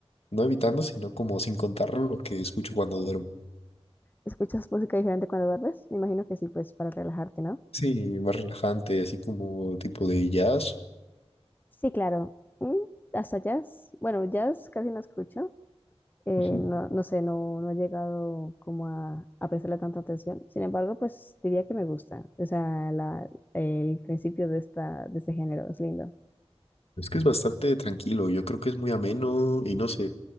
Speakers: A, on the left; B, on the left.
A: no evitando, sino como sin contar lo que escucho cuando duermo.
B: ¿Escuchas música diferente cuando duermes? Me imagino que sí, pues para relajarte, ¿no?
A: Sí, más relajante, así como tipo de jazz.
B: Sí, claro. Mm, Hasta jazz. Bueno, jazz casi no escucho, eh,
A: Ujú.
B: no, no sé, no, no he llegado como a, a prestarle tanta atención. Sin embargo, pues diría que me gusta. O sea, la, el principio de esta, de este género es lindo.
A: Es que es bastante tranquilo, yo creo que es muy ameno y no sé,